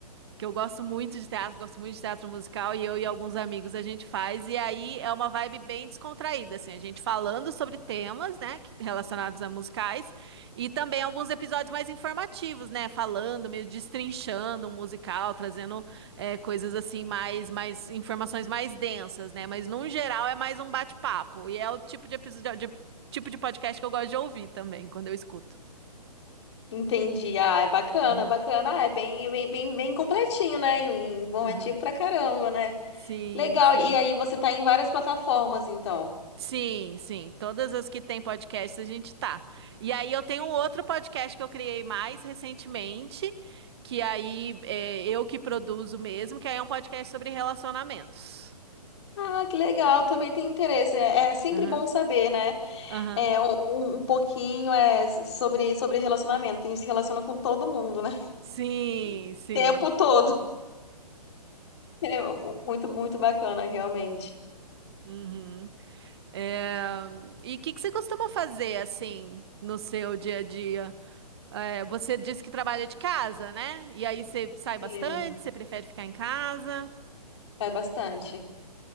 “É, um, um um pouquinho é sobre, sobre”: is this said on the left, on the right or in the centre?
Left